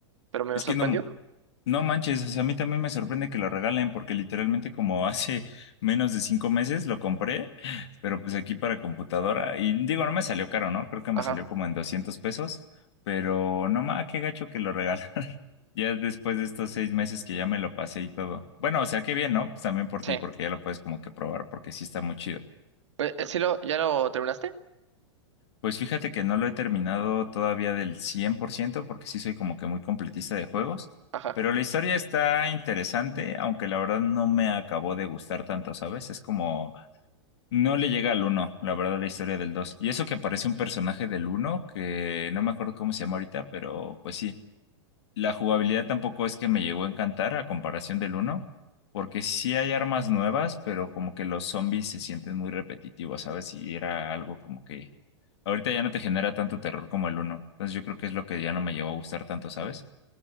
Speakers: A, on the right (about 85°); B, on the left (about 70°).
A: Pero me
B: Es
A: sorprendió.
B: que no, no manches, o sea, a mí también me sorprende que lo regalen, porque literalmente como <laughs> hace menos de cinco meses lo compré, pero pues aquí para computadora, y digo, no me salió caro, ¿no? Creo que me
A: Ajá.
B: salió como en 200 pesos, pero no más, qué gacho que lo regalaron. Ya después de estos seis meses que ya me lo pasé y todo. Bueno, o sea, qué bien, ¿no? Pues también por
A: Sí.
B: ti, porque ya lo puedes como que probar, porque sí está muy chido.
A: Pues, eh, ¿sí lo, ya lo terminaste?
B: Pues fíjate que no lo he terminado todavía del 100% porque sí soy como que muy completista de juegos.
A: Ajá.
B: Pero la historia está interesante, aunque la verdad no me acabó de gustar tanto, ¿sabes? Es como, no le llega al uno, la verdad, la historia del dos. Y eso que aparece un personaje del uno, que no me acuerdo cómo se llama ahorita, pero pues sí. La jugabilidad tampoco es que me llegó a encantar a comparación del uno, porque sí hay armas nuevas, pero como que los zombies se sienten muy repetitivos, ¿sabes? Y era algo como que ahorita ya no te genera tanto terror como el uno, Entonces yo creo que es lo que ya no me llegó a gustar tanto, ¿sabes?